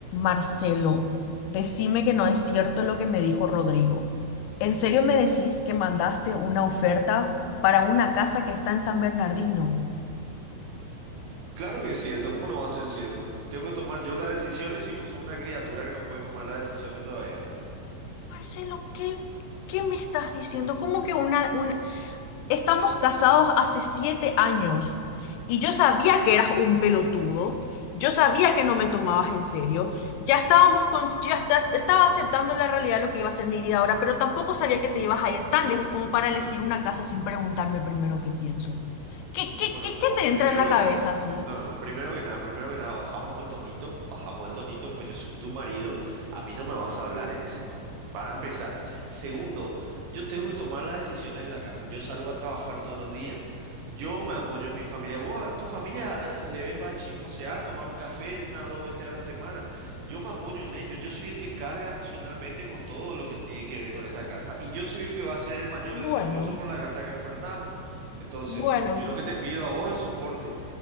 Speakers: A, on the left; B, on the right.
A: Marcelo, decime que no es cierto lo que me dijo Rodrigo. ¿En serio me decís que mandaste una oferta para una casa que está en San Bernardino?
B: Claro que es cierto, ¿cómo no va a ser cierto? Tengo que tomar yo las decisiones y vos sos una criatura que no puede tomar las decisiones todavía.
A: Marcelo, ¿qué, qué me estás diciendo? ¿Cómo que una, un- Estamos casados hace siete años y yo sabía
B: Exacto.
A: que eras un pelotudo, yo sabía que no me tomabas en serio, ya estábamos con, yo ya esta- estaba aceptando la realidad de lo que iba a ser mi vida ahora, pero tampoco sabía que te ibas a ir tan lejos como para elegir una casa sin preguntarme primero qué pienso. ¿Qué, qué,
B: Bueno,
A: qué, qué te entra
B: primero
A: en la
B: que
A: cabeza
B: nada,
A: así?
B: no, no, primero que nada, primero que nada, bajamos el tonito, bajamos el tonito, pues yo soy tu marido, a mí no me vas a hablar en ese tono, para empezar. Segundo, yo tengo que tomar las decisiones de la casa, yo salgo a trabajar todos los días, yo me apoyo en mi familia, vos, a tu familia eh, le ve para chismosear, tomar un café una o dos veces a la semana, yo me apoyo en ellos, yo soy el que carga emocionalmente con todo lo que tiene que ver con esta casa y yo soy el que va a hacer el mayor
A: Bueno,
B: desembolso por la casa que ofertamos. Entonces,
A: bueno,
B: yo lo que te pido a vos es soporte.